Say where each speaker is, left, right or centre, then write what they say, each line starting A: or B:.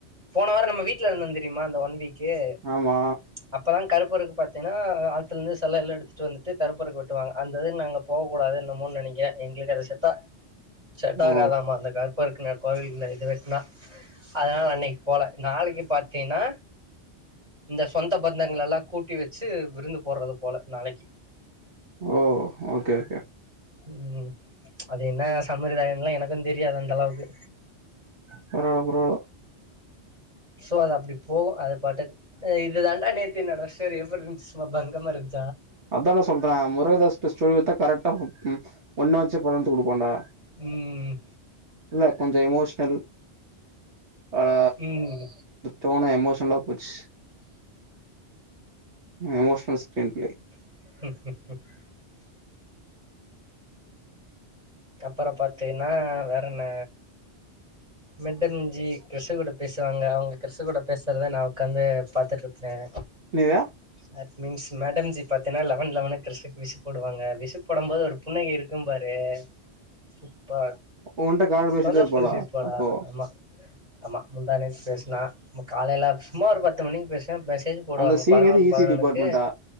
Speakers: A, on the right; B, on the right.
A: போன வாரம் நம்ம வீட்டுல இருந்தோ தெரியுமா அந்த ஒன் வீக் ஏ
B: ஆமா
A: அப்தான் கருப்பருக்கு பாத்தீங்கன்னா ஆத்துல இருந்து சில எல்லாம் எடுத்துட்டு வந்துட்டு கருப்பருக்கு வெட்டுவாங்க அந்த இது நாங்க போக கூடாது என்னமோன்நு நெனக்கிரேன் எங்களுக்கு அது செட் செட்டாகாதாம்மா
B: ஓ
A: அந்த கார இரு கோவில இது வெட்னா அதனால அன்னக்கு போல நாளக்கு பாத்தீங்கன்னா இந்த சொந்த பந்தங்களலாம் கூப்டு குட்டி வச்சு விருந்து போடுறது போல நாளக்கு
B: ஓ ஓகே ஓகே
A: உம் அது என்ன சமிரதாயம்லாம் எனக்கும் தெரியாது அந்த அளவுக்கு
B: போரோம் புறோ
A: சோ அது அப்டி போகும் அது பாட்டுக்கு இது தாண்டா நேத்து நடந்த ஸ்டோரி சும்மா பங்கமா இருது
B: அதெல்லாம் சொல்றேன் முருகதாஸ் ஸ்டோரி வித்தா கரெக்டா வரும் ஒன்ன வச்சு படமெடுத்து குடுப்பாண்டா
A: ம்
B: இல்ல கொஞ்ச எமோஷ்னல் அத
A: ம்
B: தோன எமோஷனலா போச்சு எமோஷனல் ஸ்கிரீன் பிளே
A: <inaudible> அப்பறம் பாத்தீன்னா வேற என்ன மெட்டன்சஞி கிருஷ் கூட பேசுவாங்க அவங்க கிருஷ் கூட பேசுறத நான உட்காந்து பாத்துட்டு இருப்பேன்
B: நீதா
A: தட் மீன்ஸ் மேடம்ஜி பாத்தீன்னா லெவன் லெவன்கு கிருஷுக்கு விஷ் போடுவாங்க விஷ் போடும் போது ஒரு புன்னகை இருக்கும் பாரு சு ப்ப
B: உன்ட்ட கால் பேசிதா
A: சந்தோஷ்
B: இருப்பாளா
A: பேசிருப்படா
B: அப்போ
A: ஆமா ஆமா முந்தா நேத்து பேசுனா காலேல சும்மா ஒரு பத்து மணிக்கு பேச மெசேஜ் போடுவாங்க
B: அந்த சீன்
A: பதினொன்னு
B: எது ஈசி
A: பதினொன்னுக்கு
B: டிபார்ட்மெண்டா